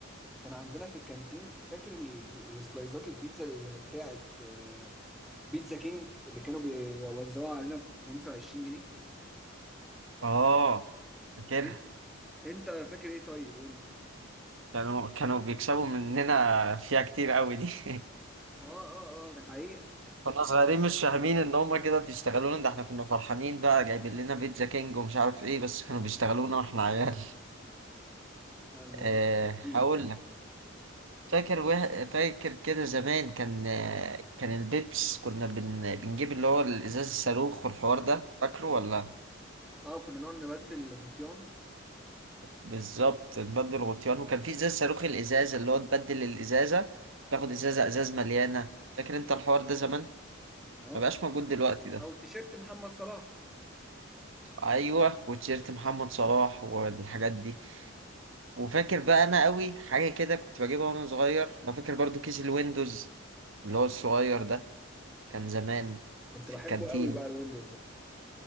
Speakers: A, in the centre; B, on the right.
A: كان عندنا في الكانتين فاكر ال- السلايزات البيتزا اللي بتاعت آه، بيتزا كينج اللي كانوا بيوزعوها علينا ب 25 جنيه
B: اه فاكرها
A: انت انت فاكر ايه طيب قول لي
B: كانوا كانوا بيكسبوا مننا فيها كتير قوي دي <laughs>
A: اه اه اه ده حقيقة
B: كنا صغيرين مش فاهمين ان هما كده بيشتغلونا ده احنا كنا فرحانين بقى جايبين لنا بيتزا كينج ومش عارف ايه بس كانوا بيشتغلونا واحنا عيال
A: لا الموضوع
B: أه
A: كبير
B: هقول فاكر وه... فاكر كده زمان كان كان البيبس كنا بن... بنجيب اللي هو الازاز الصاروخ والحوار ده فاكره ولا
A: اه كنا نقعد نبدل الغطيان
B: بالظبط نبدل غطيان وكان في ازاز صاروخ الازاز اللي هو تبدل الازازه تاخد ازازه ازاز مليانه فاكر انت الحوار ده زمان
A: اه
B: ما بقاش
A: فاكر
B: موجود دلوقتي ده
A: او تيشيرت محمد صلاح
B: ايوه وتيشيرت محمد صلاح والحاجات دي وفاكر بقى انا قوي حاجه كده كنت بجيبها وانا صغير لو فاكر برضو كيس الويندوز اللي هو الصغير ده كان زمان
A: كنت
B: في
A: بحبه
B: الكانتين
A: قوي بقى الويندوز ده